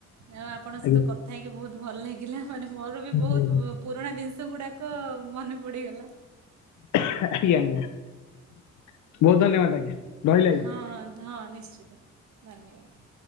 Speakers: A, on the right; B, on the left.
A: ଆଉ ଆପଣଙ୍କ
B: ଆଜ୍ଞା
A: ସହିତ କଥା ହେଇକି ବହୁତ ଭଲ ଲାଗି ଗିଲା ମାନେ ମୋର ବି
B: ଆଜ୍ଞା
A: ବହୁତ ପୁରୁଣା ଜିନିଷ ଗୁଡ଼ାକ ମନେ ପଡ଼ିଗଲା।
B: <unintelligible> ବହୁତ ଧନ୍ୟବାଦ ଆଜ୍ଞା। ରହିଲି ଆଜ୍ଞା
A: ହଁ ହଁ ନିଶ୍ଚିତ ଧନ୍ୟବାଦ।